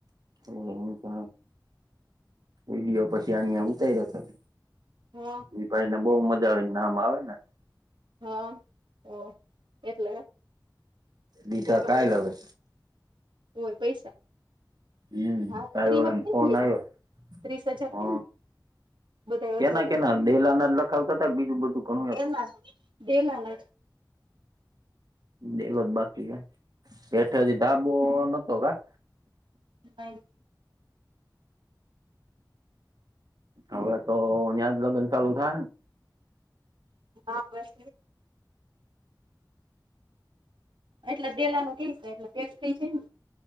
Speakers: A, on the right (about 55°); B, on the right (about 85°).
A: એ હું ત કોઈલીયો પછી આની ઉતારી્યા
B: હા.
A: એ ભાઈ ને બહુ મજા આવે ને નામ આવે ને.
B: હા ઓ એટલે
A: દીધા
B: પપ્પા
A: કાલ
B: લ
A: હવે
B: હોય પૈસા.
A: હમ
B: હા
A: તારી
B: ત્રી
A: ઓલા
B: હપ્તે
A: ને ફોન
B: દએ
A: આવ્યો
B: ત્રીસ હજપ
A: હ
B: બતાવો.
A: કેના ના કેનાલ દેલાના લખાવતા બીજું બધું. ઘણું હતું
B: એેના દે લ ના.
A: બેલો જ બાકી છે હેઠથી ધાબો નતો કા
B: હ.
A: હવે તો અહીં જ લગ્ન ચાલુ થાય ને.
B: હા બસ. એટલે દેલા નું ક છે એટલે પેક થઇ છે ને